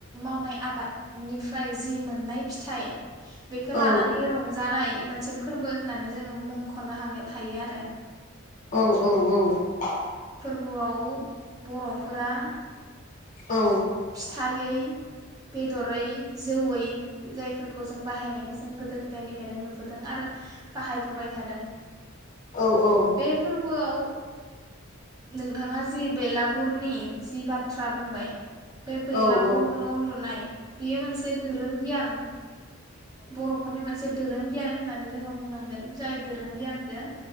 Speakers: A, on the right; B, on the left.
A: मावनाय आबादनिफ्राय जि मोननाय फिथाइ बेखो लानानै
B: औ
A: रंजानाय मोन मोनसे फोरबो होननानै जोङो मुंख'नो हाग हायो आरो
B: औ औ औ
A: बोआव बरफोरा
B: औ
A: फिथाइ बेदरै जौयै जायफोर खौ जों बाहायनायखौ जों गोदो गोदायनि फ्रायनो नुबोदों आरो बाहायबोबाय थादों
B: औ
A: बे फोरबोआव नोंथाङा जि बेलागुरनि जि बाथ्रा बुंबाय बे बैलागुर
B: औ
A: न' लुनाय बेयो मोनसे दोरों गियान बर'फोरनि मोनसे दोरों गियान होननानै जोङो बुङो ओ जाय दोरों गियानखौ